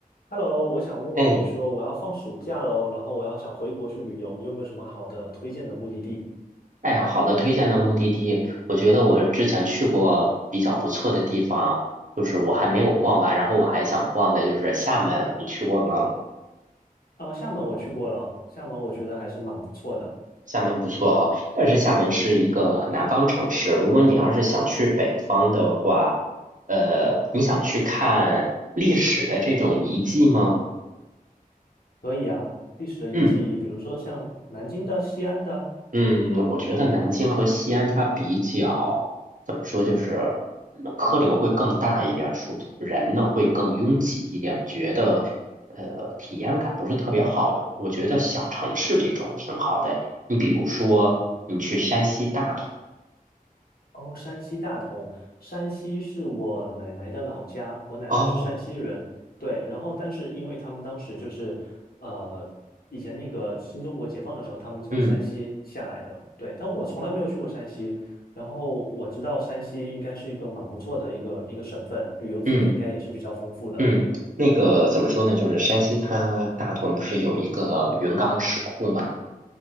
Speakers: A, on the left; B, on the right.
A: Hello，我想问问你说我要放暑假喽，
B: 哎，
A: 然后我要想回国去旅游，你有没有什么好的推荐的目的地？
B: 哎，呀，好的，推荐的目的地，我觉得我之前去过比较不错的地方，就是我还没有逛完，然后我还想逛的就是厦门，你去过吗？
A: 哦，厦门我去过了，厦门我觉得还是蛮不错的，
B: 厦门不错哦，但是厦门是一个南方城市，如果你要是想去北方的话，呃，你想去看历史的这种遗迹吗？
A: 可以啊，历史的遗迹，
B: 嗯。
A: 比如说像南京的、西安的，
B: 嗯，我觉得南京和西安它比较怎么说，就是嗯，客流会更大一点，说人呢会更拥挤一点，觉得呃体验感不是特别好。我觉得小城市这种挺好的，你比如说你去山西大同，
A: 哦，山西大同，山西是我奶奶的老家，我奶奶是山西人，
B: 哦，
A: 对，然后但是因为他们当时就是，呃，以前那个新中国解放的时候，他们从山西下来的，
B: 嗯
A: 对，但我从来没有去过山西，然后我知道山西应该是一个蛮不错的一个一个省份，旅游资源应该也是比较丰富的，
B: 嗯嗯，那个怎么说呢，就是山西它大同不是有一个云冈石窟嘛，